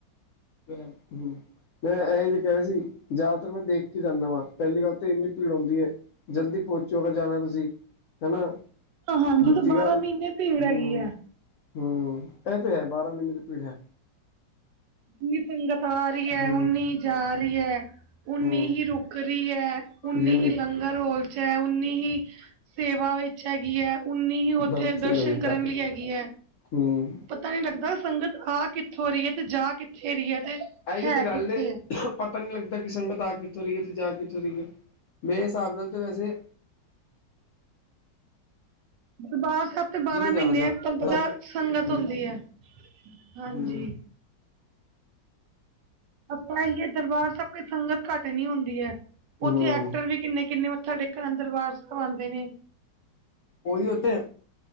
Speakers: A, on the left; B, on the right.
A: ਹੂੰ ਤੇ ਮੈਂ ਇਹੀ ਤੇ ਕਿਹਾ ਸੀ ਜ਼ਿਆਤਰ ਮੈਂ ਦੇਖ ਕੇ ਜਾਂਦਾ ਵਾਂ। ਪਹਿਲੀ ਗੱਲ ਤੇ ਇੰਨੀ ਭੀੜ ਹੁੰਦੀ ਏ ਜਲਦੀ ਪਹੁੰਚ। ਤੋ ਅਗਰ ਜਾਣਾ ਤੁਸੀਂ ਹੈ ਨਾ
B: ਹਾਂਜੀ
A: ਅੱਜ
B: ਤੇ ਬਾਰਾਂ
A: ਕੱਲ
B: ਮਹੀਨੇ ਭੀੜ ਹੈਗੀ
A: ਹੂੰ।
B: ਹੈ।
A: ਹਮ ਇਹ ਤੇ ਹੈ ਬਾਰਾਂ ਮਹੀਨੇ ਦੀ ਭੀੜ ਹੈ।
B: ਜਿੰਨੀ ਸੰਗਤ ਆ ਰਹੀ ਹੈ
A: ਹੂੰ,
B: ਉਨੀ ਜਾ ਰਹੀ ਹੈ। ਉਨੀ
A: ਹੂੰ
B: ਹੀ ਰੁੱਕ ਰਹੀ ਐ ਉਨੀ
A: ਯੂਨੀਕ
B: ਹੀ ਲੰਗਰ ਔਰ। ਚੈ ਉਨੀ ਹੀ ਸੇਵਾ ਵਿੱਚ ਹੈਗੀ ਐ। ਉਨੀ ਹੀ ਉੱਥੇ
A: ਬਸ ਸਹੀ
B: ਦਰਸ਼ਨ
A: ਹੋ ਗਈ
B: ਕਰਨ ਲਈ ਹੈਗੀ ਐ।
A: ਹੂੰ
B: ਪਤਾ ਨਹੀਂ ਲੱਗਦਾ ਸੰਗਤ ਆ ਕਿੱਥੋਂ ਰਹੀ ਹੈ ਤੇ ਜਾ ਕਿੱਥੇ ਰਹੀ ਹੈ।
A: ਆਹੀ
B: ਹੈ
A: ਤੇ ਗੱਲ
B: ਕਿੱਥੇ
A: ਏ।
B: ਹੈ।
A: ਪਤਾ ਨਹੀਂ ਲੱਗਦਾ ਕਿ ਸੰਗਤ ਆ ਕਿੱਥੋਂ ਰਹੀ ਹੈ ਅਤੇ ਜਾ ਕਿੱਥੋਂ ਰਹੀਏ ਮੇਰੇ ਹਿਸਾਬ ਨਾਲ ਤਾਂ ਵੈਸੇ।
B: ਦਰਬਾਰ ਸਾਹਿਬ ਤਾਂ ਬਾਰਾਂ
A: ਜੀ ਨੇ
B: ਮਹੀਨੇ
A: ਜਾਣਾ ਸੀਗਾ
B: ਤੁਹਨੂੰ ਪਤਾ
A: ਹਨਾ।
B: ਸੰਗਤ
A: ਹੂੰ
B: ਹੁੰਦੀ ਐ। ਹਾਂਜੀ
A: ਹੂੰ
B: ਬਈ ਐ ਦਰਬਾਰ ਸਭ ਕੋਈ ਸੰਗਤ ਘੱਟ ਨੀ ਹੁੰਦੀ ਐ
A: ਹੂੰ
B: ਉੱਥੇ ਐਕਟਰ ਵੀ ਕਿੰਨੇ-ਕਿੰਨੇ। ਸਾਡੇ ਘਰਾਂ ਵਿੱਚ ਦਰਬਾਰ ਸਾਹਿਬ ਆਉਂਦੇ ਨੇ।
A: ਉਹੀ ਓਤੇ,